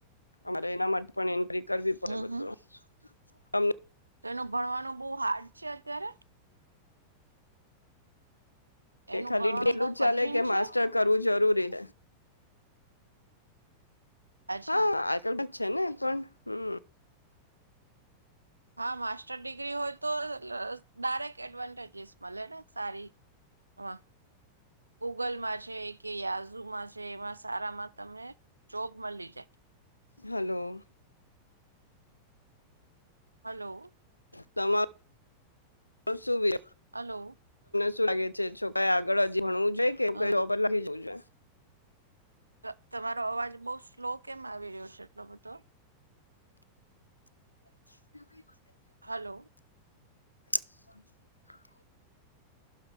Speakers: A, on the left (about 85°); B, on the right (about 80°).
A: અમારે એના માટે પણ એન્ટ્રી કરવી પડે
B: હમ
A: બધાનો.
B: હમ
A: અમે
B: તો એનું ભણવાનું બો હાર્ડ છે, અત્યારે.
A: તે
B: એનું
A: ખાલી
B: ભણવાનું
A: <unintelligible>
B: બહુ
A: જ ચાલે
B: કઠિન
A: કે
B: છે
A: માસ્ટર કરવું જરૂર. <inaudible>
B: અચ્છા
A: હા આજકાલ છે ને પણ હમ.
B: હા માસ્ટર ડિગ્રી હોય તો લો ડાયરેક્ટ એડવાન્ટેજ. <unintelligible> મળે ને સારી હ ગૂગલમાં છે, કે યાઝુમાં છે, એમાં સારામાં તમે જોબ મળી જાય.
A: હલો.
B: હલો.
A: તમાર સુું
B: હલો.
A: શું લાગે છે, છોકરા આગળ હજી ભણવું જો જોઈએ કે એવું
B: અ
A: કંઈ <unintelligible> જોઈએ.
B: તા તમારો અવાજ બો સ્લો કેમ આવી રહ્યો છે, એટલો બધો.
A: <inaudible>
B: હલો.
A: <inaudible>